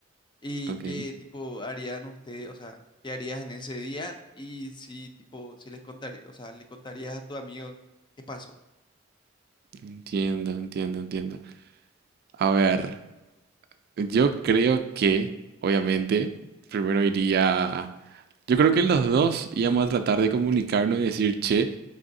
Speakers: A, on the left (about 25°); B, on the right (about 50°).
A: ¿Y
B: Ok.
A: qué tipo harían ustedes? O sea, ¿qué harías en ese día? Y si, tipo, si les contaría, o sea, le contarías a tu amigo qué pasó.
B: Entiendo, entiendo, entiendo. A ver. Yo creo que, obviamente, primero iría. Yo creo que los dos íbamos a tratar de comunicarnos y decir, che,